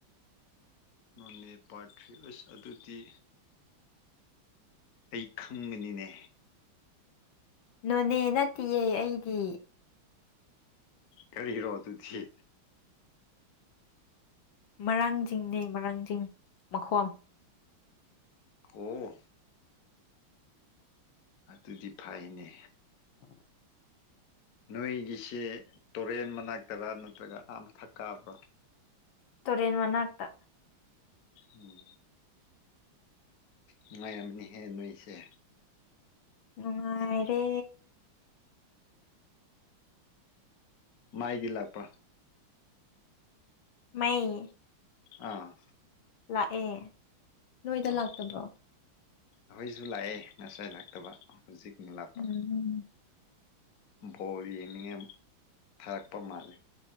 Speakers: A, on the left (about 55°); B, on the left (about 70°).
A: ꯅꯣꯅꯦ ꯄꯥꯔ ꯊ꯭ꯔꯤ ꯑꯁ ꯑꯗꯨꯗꯤ ꯑꯩ ꯈꯪꯕꯅꯤꯅꯦ
B: ꯅꯨꯅꯦ ꯅꯠꯇꯦꯌꯦ ꯑꯩꯗꯤ
A: ꯀꯔꯤꯒꯤꯔꯣ ꯑꯗꯨ ꯊ
B: ꯃꯔꯥꯡꯖꯤꯡꯅꯦ ꯃꯔꯥꯡꯖꯤꯡ ꯃꯈꯣꯝ
A: ꯑꯣ ꯑ ꯑꯗꯨꯗꯤ ꯐꯥꯏꯅꯦ
B: ꯑ
A: ꯅꯣꯏꯒꯤꯁꯤ ꯇꯣꯔꯦꯟ ꯃꯅꯥꯛꯇꯔꯥ ꯅꯠꯇ꯭ꯔꯒ ꯑꯥ ꯑꯃ ꯊꯛꯀꯥꯕ꯭ꯔꯥ
B: ꯇꯧꯣꯔꯦꯟ ꯃꯅꯥ ꯑꯥꯛꯇ
A: ꯎꯝ ꯅꯨꯡꯉꯥꯏꯔꯝꯅꯤꯍꯦ ꯅꯣꯏꯁꯦ
B: ꯅꯨꯡꯉꯥꯏꯔꯦ
A: ꯃꯥꯏꯒꯤ ꯂꯥꯛꯄ
B: ꯃꯩ
A: ꯑꯥ
B: ꯂꯥꯛꯑꯦ ꯅꯣꯏꯗ
A: ꯑꯣ
B: ꯂꯥꯛꯇꯕ꯭ꯔꯣ
A: ꯑꯩꯈꯣꯏꯁꯨ ꯂꯥꯛꯑꯦ ꯉꯁꯥꯏ ꯂꯥꯛꯇꯕ ꯍꯧꯖꯤꯛꯅ ꯂꯥꯞꯄ
B: ꯎꯝ
A: ꯕꯥꯜꯂ ꯌꯡꯅꯤꯉꯏ ꯐꯔꯛꯄ ꯃꯥꯂꯦ